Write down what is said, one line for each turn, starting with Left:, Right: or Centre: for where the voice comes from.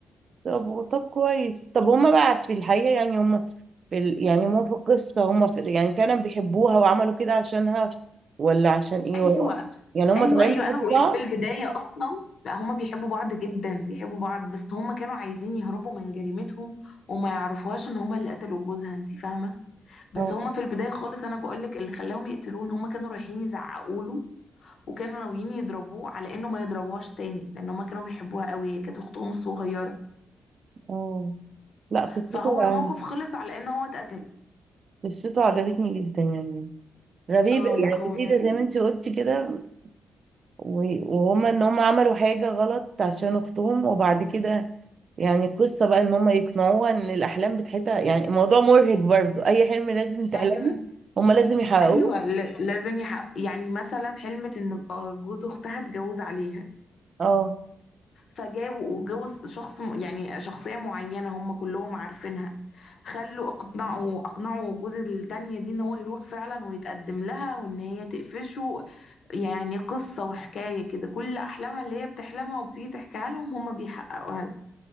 Right: طب طب كويس طب هما بقى في الحقيقة يعني هما في ال... يعني هما في القصة هما في... يعني فعلا بيحبوها وعملوا كده عشانها ولا عشان ايه
Left: ايوه
Right: ولا... يعني هما
Left: ايوه
Right: طالعين
Left: ايوه
Right: بيحبوا
Left: انا بقولك
Right: بعض
Left: في البدايه اصلا لا هما بيحبوا بعض جدا بيحبوا بعض بس هما كانوا عايزين يهربوا من جريمتهم وما يعرفوهاش ان هما اللي قتلوا جوزها انت فاهمه بس
Right: اه
Left: هما في البدايه خالص انا بقولك اللي خلاهم يقتلوه ان هما كانوا رايحين يزعقوا له وكانوا ناويين يضربوه على انه ما يضربوهاش تاني لان هما كانوا بيحبوها قوي هي كانت اختهم الصغيره
Right: اه لا قصته
Left: فهو الموقف خلص على ان هو اتقتل
Right: قصته عجبتني جدا يعني غريبة
Left: اه لا
Right: يعني
Left: هو
Right: جديدة
Left: لذيذ
Right: زي ما انتي قلتي كده و- وهما ان هما عملوا حاجة غلط عشان اختهم وبعد كده يعني القصة بقى ان هم يقنعوها ان الاحلام بتاعتها يعني الموضوع مرهق برضو اي حلم لازم تحلمه
Left: ايوه
Right: هم لازم يحققوه
Left: ايوه ل- لازم يحق يعني مثلا حلمت ان آه، جوز اختها اتجوز عليها
Right: اه
Left: فجابوا واتجوز شخص م- يعني شخصية معينة هم كلهم عارفينها خلوا اقنعوا اقنعوا جوز التانية دي ان هو يروح فعلا ويتقدم لها وان هي تقفشه يعني قصة وحكاية كده كل احلامها اللي هي بتحلمها وبتيجي تحكيها لهم هم بيحققوها لها